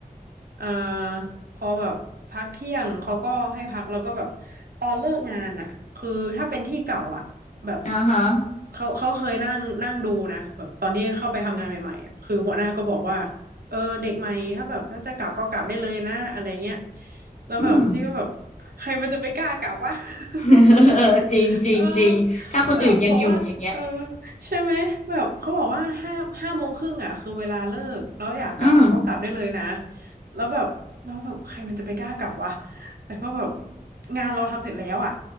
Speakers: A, on the right; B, on the left.
A: เอ่อพอแบบพักเที่ยงเขาก็ให้พักแล้วก็แบบตอนเลิกงานอ่ะคือถ้าเป็นที่เก่าอ่ะแบบ
B: อ๋อฮะ
A: เขาเขาเคยนั่งนั่งดูนะแบบตอนที่เข้าไปทำงานใหม่ๆอ่ะคือหัวหน้าก็บอกว่าเออเด็กใหม่ถ้าแบบถ้าจะกลับก็กลับได้เลยนะอะไรเงี้ยแล้วแบบนี่ก็แบบ
B: อืม
A: ใครมันจะไปกล้ากลับวะ
B: <laughs>
A: <laughs>
B: เจริงจริงจริงถ้าคนอื่นยังอยู่อย่างเงี้ย
A: เออแบบบอกว่าเออ ใช่ไหมแบบเขาบอกว่าห้าห้าโมงครึ่งอ่ะคือเวลาเลิกแล้วอยากกลับอ่ะก็กลับได้เลยนะ
B: อืม
A: แล้วแบบแล้วแบบใครมันจะไปกล้ากลับวะแต่ก็แบบงานเราทำเสร็จแล้วอ่ะ